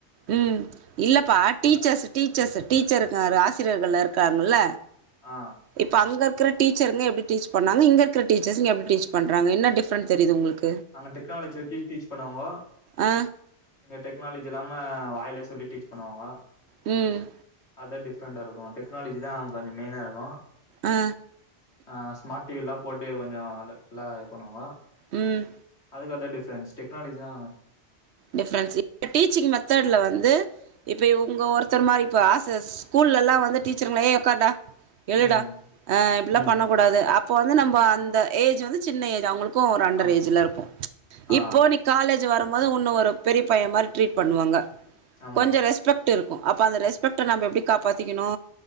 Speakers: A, on the right (about 70°); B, on the left (about 70°).
A: ம் இல்லப்பா டீச்சர்ஸ் டீச்சர்ஸ் டீச்சருக்கு வ ஆசிரியர்கள்ல இருக்காங்கல்ல
B: ஆ
A: இப்ப அங்க இருக் க்குற டீச்சருங்க எப்டி டீச் பண்ணாங்க இங்க இருக்குற டீச்சர்ஸங்க எப்டி டீச் பண்றாங்க என்ன டிஃப்ரண்ட் தெரிது உங்குளுக்கு
B: அங்க டெக்னாலஜி வெக்கி டீச் பண்ணாங்கோ
A: ஆ
B: இங்க டெக்னாலஜி எல்லாம வா அத்லே சொல்லி டீச் பண்ணுவாங்கோ
A: ம்
B: ல டிஃப்ரெண்டா இருக்கூ டெக்னாலஜி தா கொஞ்சோ மெயினா இருக்கூ
A: ஆ
B: ஆ ஸ்மார்ட் டி வில்லா போட்டு கொஞ்சோம் அந்தத்லா இது பண்ணுவாங்க
A: ம்
B: ஃபுல்லா அத்தா டிஃப்ரண்ட்ஸ் டெக்னாலஜிதா
A: டிஃப்ரெண்ஸ் இப்ப டீச்சிங் மெத்தட்ல வந்து இப்ப இவங்க ஒருத்தர் மாரிப்ப ஆசஸ் ஸ்கூல்ல ல்லா வந்து டீச்சருங்களே உக்கார்ட்டா எழுடா
B: ம்.
A: அ இப்புட்லா
B: ம்.
A: பண்ணக்கூடாது அப்போ வந்து நம்ப அந்த ஏஜ் வந்து சின்ன ஏஜ் அவங்களுக் க்கோ ஒரு அண்டர்
B: ஆமா.
A: ஏஜ்ல இருக்கும்
B: ஆ.
A: இப்போ நீ காலேஜ் வரம்போது உன் ன ஒரு பெரிய பைய மாரி ட்ரீட் பண்ணுவாங்க
B: ஆமா.
A: கொஞ்சோ ரெஸ்பெக்ட் ட்டு இருக்கூ அப்ப அந்த ரெஸ்பெக்ட நம்ப எப்புடி காப்பாத்திக்கிணு